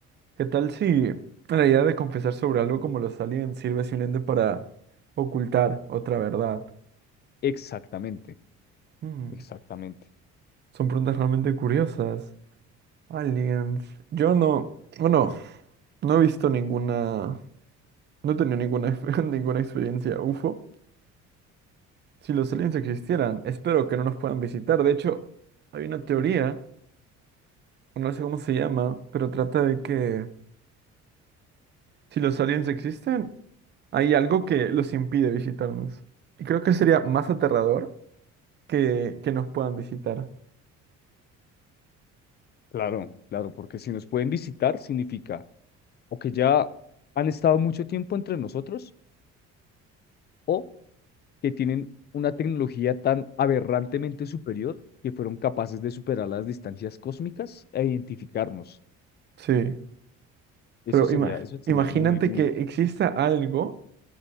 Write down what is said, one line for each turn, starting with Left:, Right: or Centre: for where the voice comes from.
Right: ¿Qué tal si la idea de confesar sobre algo como los aliens sirve simplemente para ocultar otra verdad?
Left: Exactamente,
Right: Mm,
Left: exactamente.
Right: son preguntas realmente curiosas. Aliens. Yo no, bueno, no he visto ninguna, no he tenido ninguna, <laughs> ninguna experiencia UFO. Si los aliens existieran, espero que no nos puedan visitar. De hecho, hay una teoría, no sé cómo se llama, pero trata de que si los aliens existen, hay algo que los impide visitarnos. Y creo que sería más aterrador que, que nos puedan visitar.
Left: Claro, claro, porque si nos pueden visitar significa o que ya han estado mucho tiempo entre nosotros o que tienen una tecnología tan aberrantemente superior que fueron capaces de superar las distancias cósmicas e identificarnos.
Right: Sí,
Left: Eso
Right: pero
Left: sería,
Right: ima-
Left: eso sería
Right: imagínate
Left: muy, muy,
Right: que exista algo